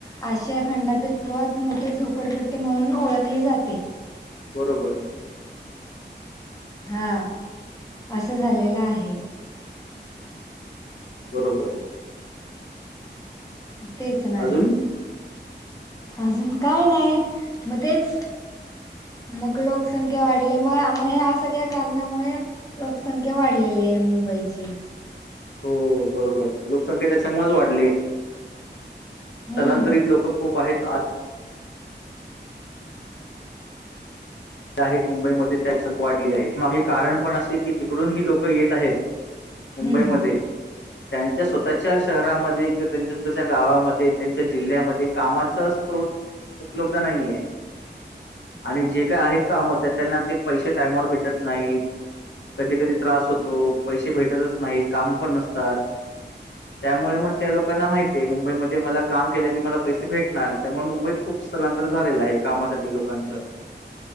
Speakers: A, on the left (about 20°); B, on the left (about 80°).
A: आशिया खंडातील सर्वात मोठी झोपडपट्टी म्हणून ओळखली जाते.
B: बरोबर.
A: हा असं झालेलं आहे.
B: बरोबर.
A: तेच ना.
B: अजून
A: अजून काय नाय मग तेच मग लोकसंख्या वाढली मग म ह्या सगळ्या कारणामुळे लोकसंख्या वाढलेली आहे मुंबईची.
B: हो बरोबर लोकसंख्या त्याच्यामुळेच वाढली. स्थलांतरित
A: हम्म
B: लोक खूप आहेत आत आहेत मुंबईमध्ये त्या लोकसंख्या वाढली आहे मागे कारण पण असे की जिकडून ही लोक येत आहेत. मुंबईमध्ये
A: हम्म
B: त्यांच्या स्वतःच्या शहरामध्ये किंवा त्यांच्या स्वतःच्या गावामध्ये त्यांच्या जिल्ह्यामध्ये कामाचा स्त्रोत उपलब्ध नाहीये आणि जे काय आहेत. काम होतं त्यांना ते पैसे टायमवर भेटत नाहीत. कधी कधी त्रास होतो पैसे भेटतच नाहीत काम पण नसतात. त्यामुळे मग त्या लोकांना माहितीये मुंबईमध्ये मला काम केलं की मला पैसे भेटणार त्यामुळे मुंबईत खूप स्थलांतर झालेलं आहे कामासाठी लोकांचं.